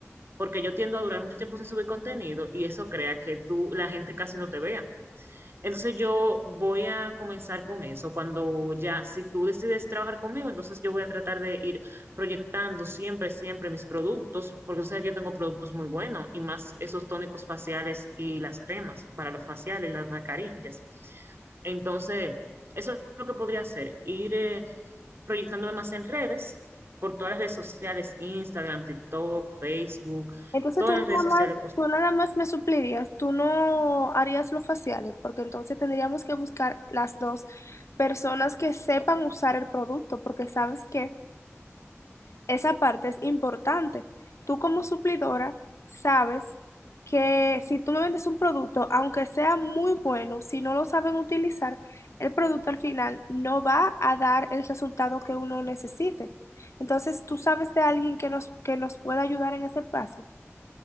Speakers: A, on the right; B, on the left.
A: porque yo tiendo a durar mucho tiempo sin subir contenido y eso crea que tú, la gente casi no te vea. Entonces yo voy a comenzar con eso. Cuando ya, si tú decides trabajar conmigo, entonces yo voy a tratar de ir proyectando siempre, siempre mis productos, porque tú sabes que yo tengo productos muy buenos y más esos tónicos faciales y las cremas para los faciales y las mascarillas. Entonces, eso es lo que podría hacer, ir eh, proyectándome más en redes, por todas las redes sociales, Instagram, TikTok, Facebook,
B: Entonces
A: todas
B: tú nada
A: las redes sociales
B: más,
A: posibles.
B: tú nada más me suplirías, tú no harías los faciales, porque entonces tendríamos que buscar las dos personas que sepan usar el producto, porque sabes que esa parte es importante. Tú como suplidora sabes que si tú me vendes un producto, aunque sea muy bueno, si no lo saben utilizar, el producto al final no va a dar el resultado que uno necesite. Entonces tú sabes de alguien que nos, que nos pueda ayudar en ese paso.